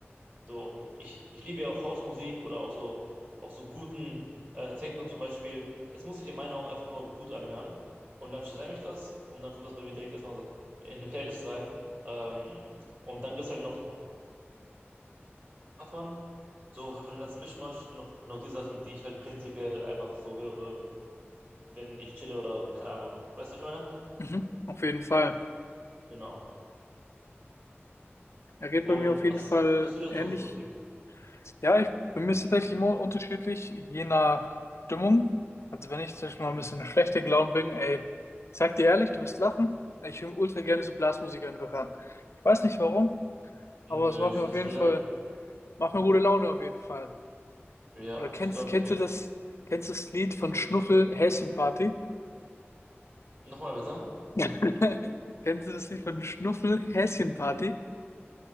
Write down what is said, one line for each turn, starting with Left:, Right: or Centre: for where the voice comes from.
Right: So, ich, ich liebe ja auch Hausmusik oder auch so, auch so guten äh, Techno zum Beispiel. Es muss sich in meinen Augen einfach nur gut anhören. Und dann stelle ich das und dann kommt das bei mir direkt erstmal so in eine Playlist rein. Ähm, und dann gibt es halt noch davon, so halt von dem ganzen Mischmasch, noch, noch die Sachen, die ich halt prinzipiell einfach so höre, wenn ich chille oder keine Ahnung. Weißt du, was ich meine?
Left: Mhm. Auf jeden Fall.
Right: Genau.
Left: Er geht
Right: Und
Left: bei mir auf jeden
Right: was
Left: Fall
Right: hörst du denn
Left: ähnlich.
Right: so für Musik?
Left: Ja, ich, bei mir ist es tatsächlich immer unterschiedlich, je nach Stimmung. Also wenn ich zum Beispiel mal
Right: Mhm.
Left: ein bisschen schlechter gelaunt bin, ey, ich sag dir ehrlich, du wirst lachen. Ich höre ultra gerne so Blasmusik einfach an. Ich weiß nicht warum, aber
Right: Nö,
Left: es macht
Right: ich
Left: mir
Right: finde
Left: auf
Right: das
Left: jeden
Right: voll
Left: Fall
Right: geil.
Left: Macht mir gute Laune auf jeden Fall.
Right: Ja,
Left: Oder kennst,
Right: das glaube
Left: kennst
Right: ich dir.
Left: du das, kennst du das Lied von Schnuffel Häschenparty?
Right: Nochmal bitte.
Left: <laughs> Kennst du das Lied von Schnuffel Häschenparty?